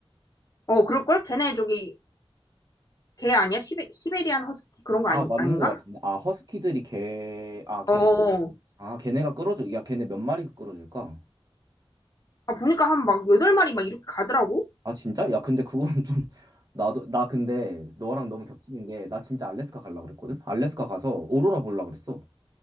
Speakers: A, on the left; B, on the right.
A: 어, 그럴걸? 걔네 저기, 걔 아니야? 시베, 시베리안 허스키 그런 거
B: 아,
A: 아니,
B: 맞는
A: 아닌가?
B: 것 같은데. 아, 허스키들이 걔, 아, 걔,
A: 어,
B: 아, 걔네가 끌어줄, 야, 걔네 몇 마리 끌어줄까?
A: 아, 보니까 한 막 여덟 마리 막 이렇게 가더라고?
B: 아, 진짜? 야, 근데 그거는 <laughs> 좀, 나도, 나 근데 너랑 너무 겹치는 게, 나 진짜 알래스카 가려고 그랬거든? 알래스카 가서 오로라 보려고 그랬어.